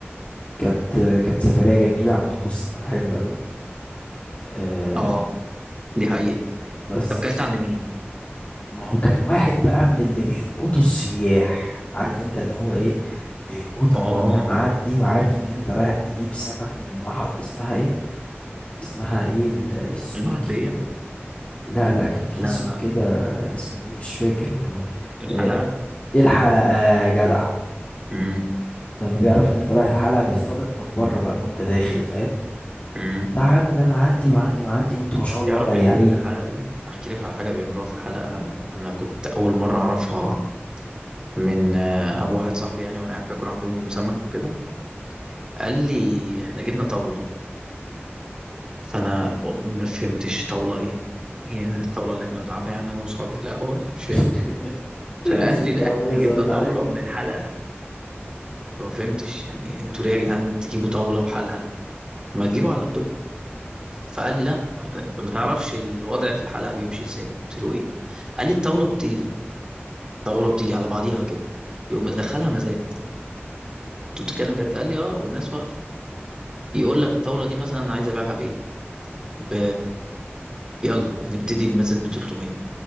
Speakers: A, on the left; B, on the right.
A: كانت كانت سفرية جميلة عندكم السمك حلو قوي آه
B: اه دي حقيقة
A: بس
B: طب كلت
A: بس
B: عند مين
A: ما هو كان واحد بقى من اللي بيلقطوا السياح عارف انت اللي هو ايه بيلقطك
B: اه
A: وانت معدي وعارف ان انت رايح تجيب سمك من محط اسمها ايه اسمها ايه ال- السوق
B: المعدية
A: الكبير لا لا كان في
B: لا
A: سوق
B: لا
A: كده اسمه ايه مش فاكر والله
B: الحلقة
A: آه ايه الحلقة يا جدع
B: امم
A: لما بيعرف ان انت رايح الحلقة بيصطادك من بره بقى وانت داخل فاهم
B: امم
A: تعالى ده انا عندي وعندي وعندي وانتوا ما شاء الله
B: تعرف
A: بياعين
B: بيعملوا ايه في الحلقة دي احكي لك على حاجة بيعملوها في الحلقة انا كنت اول مرة اعرفها من آه، ابو واحد صاحبي يعني وانا قاعد باكل عندهم سمك وكده قال لي احنا جبنا طاولة فانا ما فهمتش طاوله ايه يعني الطاوله اللي احنا بنلعبها يعني انا واصحابي في القهوه اللي مش فاهم
A: <laughs> تنس
B: فقال
A: الترابيزة
B: لي لا احنا جبنا
A: ولا
B: طاوله
A: حاجة
B: من الحلقه فما فهمتش يعني انتوا ليه يا جدعان تجيبوا طاوله بحالها ما تجيبوا على قدكم فقال لي لا ما انت انت ما تعرفش الوضع في الحلقه بيمشي ازاي قلت له ايه قال لي الطاوله بتيجي الطاوله بتيجي على بعضيها كده يقوم مدخلها مزاد انتوا بتتكلم جد قال لي اه والناس واقفه يقول لك الطاوله دي مثلا عايز ابيعها بايه ب... يلا هنبتدي المزاد ب 300